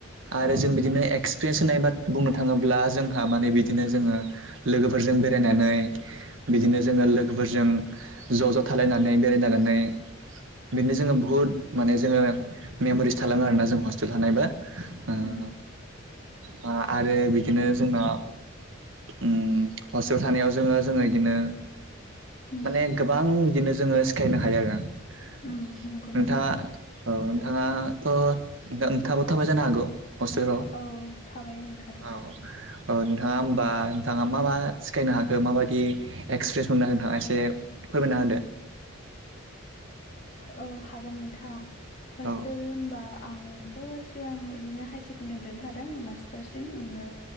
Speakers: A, on the right; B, on the left.
A: आरो
B: अ
A: जों बिदिनो एक्सपिरियेन्स बा होननाय बुंनो थाङोब्ला जोंहा माने बिदिनो जोङो लोगोफोरजों
B: उम
A: बेरायनानै
B: उम
A: बिदिनो जोङो लो लोगोफोरजों ज' ज' थालायनानै बेरायलायनानै बिदिनो
B: उम
A: जोङो बुहुद माने जोङो मेम'रिस थालांङो आरोना जों हस्टेल थानायबो ओ
B: ओम।
A: बा आरो बिदिनो जोंना ओम हस्टेलाव थानायाव जोङो जोङो इदिनो
B: उम
A: माने गोबां बिदिनो जोङो सिखायनो हायो आरो। नोंथाङा
B: उम नंगौ नोंथां
A: औ नोंथाङाथ' नोंथां-नोंथाङाबो थाबाय जानो हागौ हस्टेलफ्राव?
B: औ थाबाय ओं थादों
A: औ। औ नोंथाङा होमबा नोंथाङा मा मा सिखायनो हाखो माबायदि एक्सपिरियेन्स मोननो हाखो, नोंथाङा एसे फोरमायना होदो।
B: औ हागोन नोंथां हस्टेल
A: औ
B: होम्बा आंथ' सिगां इदिनो हायार सेकेण्डारिनिफ्रायनो थादों मास्टारसिम आङो